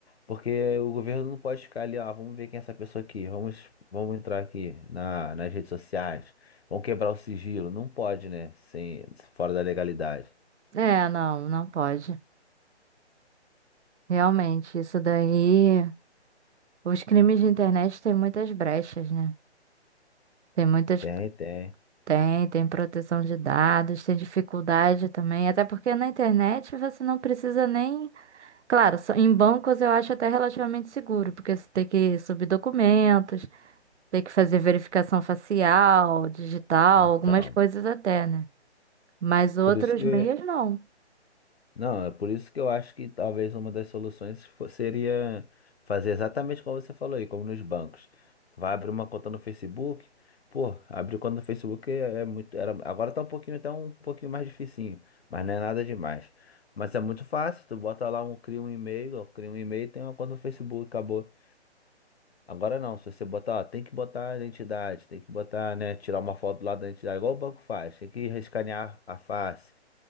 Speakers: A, on the left (about 65°); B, on the right (about 80°).
A: porque o governo não pode ficar ali, ó, vamos ver quem é essa pessoa aqui, vamos, vamos entrar aqui na, nas redes sociais, vamos quebrar o sigilo. Não pode, né? Sem, fora da legalidade.
B: É, não, não pode. Realmente, isso daí. Os crimes de internet têm muitas brechas, né? Tem muitas.
A: Tem, tem.
B: Tem, tem proteção de dados, tem dificuldade também. Até porque na internet você não precisa nem. Claro, só- em bancos eu acho até relativamente seguro, porque você tem que subir documentos, tem que fazer verificação facial, digital,
A: Então,
B: algumas coisas até, né? Mas outros
A: por isso que
B: meios não.
A: Não, é por isso que eu acho que talvez uma das soluções fo- seria fazer exatamente como você falou aí, como nos bancos. Vai abrir uma conta no Facebook. Pô, abrir conta no Facebook é, é muito. Era, agora tá um pouquinho, tá um pouquinho mais dificinho, mas não é nada demais. Mas é muito fácil, tu bota lá um, cria um e-mail, ó, cria um e-mail e tem uma conta no Facebook, acabou. Agora não, se você botar, ó, tem que botar a identidade, tem que botar, né, tirar uma foto lá da identidade, igual o banco faz, tem que escanear a face.